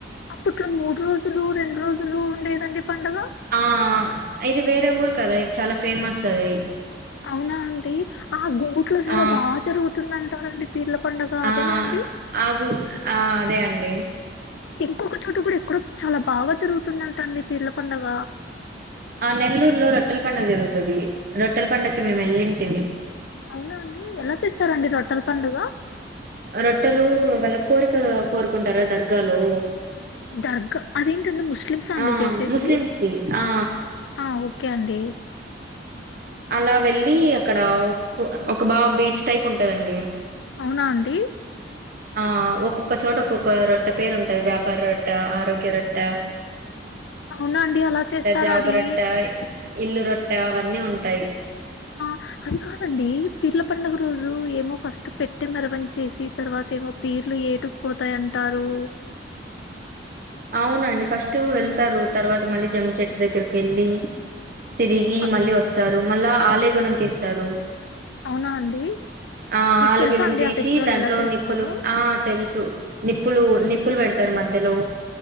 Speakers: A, on the left (about 75°); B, on the right (about 50°).
A: అప్పట్లో మూడు రోజులు రెండు రోజులు ఉండేదండి పండగ
B: ఆ ఇది వేరే ఊరు కదా ఇది చాలా ఫేమస్సది
A: అవునా అండి ఆ గుహు ట్లసలు
B: ఆ
A: బా జరుగుతుందంతారు పిర్ల పండుగ అదేనా
B: ఆ
A: అండి
B: ఆగు ఆ అదే అండి
A: ఇంకొక చోట కూడా ఎక్కడ చాలా బాగా జరుగుతుందంట అండి పిరీల పండగ
B: ఆ నెల్లూరులో రొట్టె పండగ జరుగుతది రొట్టెల పండగకి మేము వెల్లింటివి
A: అవునా అండి ఎలా చేస్తారండి రోట్టెల పండగ
B: రొట్టెలు వాళ్ళ కోరిక కోరుకుంటారుగా దర్గాలో
A: దర్గా అదేంటండి ముస్లిమ్స్ అండి
B: ఆ
A: చేసేది
B: ముస్లిమ్స్ది ఆ
A: ఆ ఓకే అండి
B: అలా వెళ్ళి అక్కడ కో ఒక బా బీచ్ టైప్ ఉంటది అండి
A: అవునా అండి
B: ఆ ఒక్కొక్క చోట ఒక్కొక్క రొట్టె పేరు ఉంటది వ్యాపార రొట్టె ఆరోగ్య రొట్టె
A: అవునా అండి అలా చేస్తార
B: జాబ్
A: అది
B: రొట్ట ఇల్లు రొట్టె అవి అన్ని ఉంటాయి
A: ఆ అది కాదండి పీర్ల పండుగ రోజు ఏమో ఫస్ట్ పెట్టె మేరమణి చేసి తర్వాత ఏమో పీర్లు ఏటు పోతాయి అంటారు
B: అవును అండి ఫస్ట్ వెళ్తారు తర్వాత మళ్ళీ జమ్మిచెట్టు దగ్గరకు వెళ్ళి తిరిగి
A: ఆ,
B: మళ్ళీ వస్తారు మళ్ళా ఆలేగుణం తీస్తారు
A: అవునా అండి
B: ఆ
A: మీకు
B: ఆలు
A: తెలుసా
B: గిలం
A: అండి
B: తీసి
A: ఆ ఫెస్టివల్
B: దాంట్లో
A: ఎలా చేస్తారో
B: నిప్పులు ఆ తెలుసు నిప్పులు నిప్పులు పెడతారు మధ్యలో